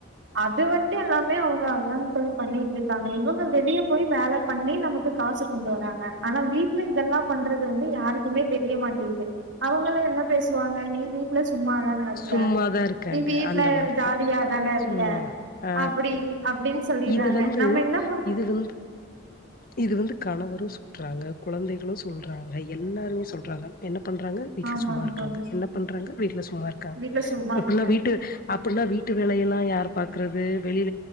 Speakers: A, on the right; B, on the left.
A: அது வந்ட்டு எல்லாமே அவங்க அதாங் தோழி பண்ணிட்ருக்காங்க இவங்க வெளிய போய் வேல பண்ணி நமக்கு காசு கொண்டு வராங்க ஆனா வீட்ல இதெல்லா பண்றது வந்து யாருக்குமே தெரிய மாட்டிங்குது அவுங்கள என்ன பேசுவாங்க நீ வீட்ல சும்மா தான இருக்க
B: சும்மாதான் இருக்காங்க.
A: நீ வீட்ல
B: அந்த வார்த்த.
A: ஜாலியா தானே இருக்க
B: சும்மா ஆ
A: அப்டி அப்டின் சொல்லிர்றாங்க
B: இது வந்து
A: நம்ம என்ன பண்
B: இது வந்து இது வந்து கணவரு சொல்றாங்க, குழந்தைகளு சொல்றாங்க, எல்லாருமே சொல்றாங்க என்ன பண்றாங்க வீட்ல
A: ஆமாங்க
B: சும்மா இருக்காங்க
A: தோழி
B: என்ன பண்றாங்க வீட்ல சு இருக்காங்க
A: வீட்ல சும்மா
B: அப்டினா
A: இருக்காங்க
B: வீட்டு அப்டினா வீட்டு வேலையெல்லா யார் பாக்கறது வெளிய